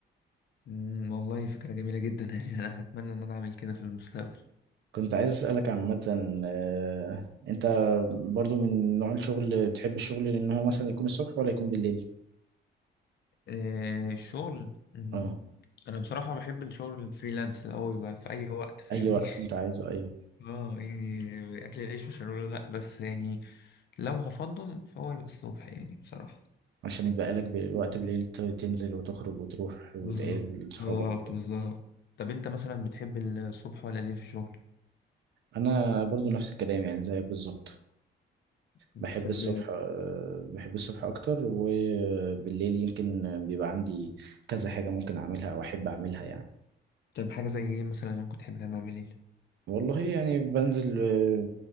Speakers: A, on the left; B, on the right.
A: أمم، والله فكرة جميلة جدا <laughs> يعني انا هتمنى ان انا اعمل كده في المستقبل
B: كنت عايز أسألك عامة آه، أنت برضو من نوع الشغل بتحب الشغل لأن هو مثلا يكون الصبح ولا يكون بالليل؟
A: آه، الشغل أمم،
B: اه
A: انا بصراحة بحب الشغل الفريلانس اللي هو بيبقى في اي وقت فاهمني
B: أي وقت أنت عايزه أيوه
A: اه يعني اكل العيش وشرب لا بس يعني لو هفضل فهو يبقى الصبح يعني بصراحة
B: عشان يتبقى لك بال- وقت بالليل ت- تنزل وتخرج وتروح وتقابل
A: بالظبط
B: صحابك
A: بالظبط
B: وكده
A: بالظبط طب انت مثلا بتحب الصبح ولا الليل في الشغل
B: انا برضو نفس الكلام يعني زيك بالظبط
A: بتحب
B: بحب الصبح آه، بحب الصبح اكتر وبالليل يمكن بيبقى عندي كذا حاجة ممكن اعملها او احب اعملها يعني
A: طب حاجة زي ايه مثلا ممكن تحب تعملها بالليل
B: والله يعني بنزل آه،